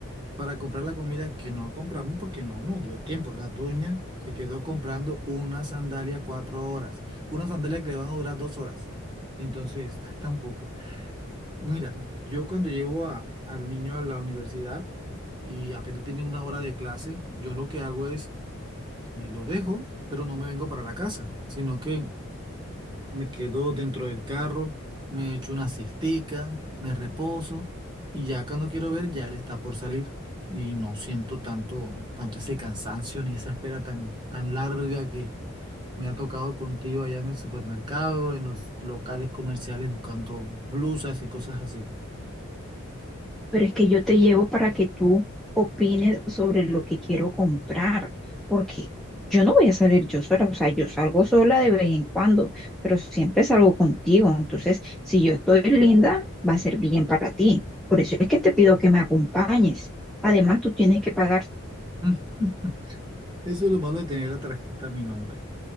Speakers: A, on the right (about 20°); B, in the centre.
A: para comprar la comida que no compramos porque no no dio tiempo. La dueña se quedó comprando una sandalia cuatro horas. Una sandalia que le van a durar dos horas. Entonces, tampoco. Mira, yo cuando llevo a- al niño a la universidad y apenas tiene una hora de clase, yo lo que hago es eh, lo dejo, pero no me vengo para la casa, sino que me quedo dentro del carro, me echo una siestica, me reposo y ya cuando quiero ver ya él está por salir y no siento tanto, tanto ese cansancio ni esa espera tan, tan larga que me ha tocado contigo allá en el supermercado, en los locales comerciales buscando blusas y cosas así.
B: Pero es que yo te llevo para que tú opines sobre lo que quiero comprar, porque yo no voy a salir yo sola, o sea, yo salgo sola de vez en cuando, pero siempre salgo contigo. Entonces, si yo estoy linda, va a ser bien para ti. Por eso es que te pido que me acompañes. Además, tú tienes que pagar
A: Mm, Eso es lo malo de tener la tarjeta a mi nombre.